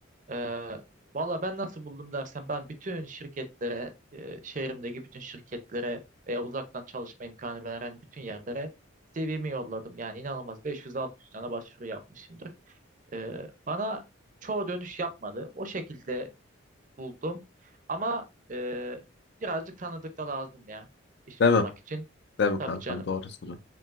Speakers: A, on the right; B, on the left.
A: Ee, valla ben nasıl buldum dersen ben bütün şirketlere, e, şehrimdeki bütün şirketlere veya uzaktan çalışma imkanı veren bütün yerlere CV'mi yolladım. Yani inanılmaz 500-600 tane başvuru yapmışımdır. Ee, bana çoğu dönüş yapmadı. O şekilde buldum. Ama e, birazcık tanıdık da lazım ya iş
B: Demem.
A: bulmak için.
B: Deme
A: Tabii
B: kankam
A: canım
B: doğru soru.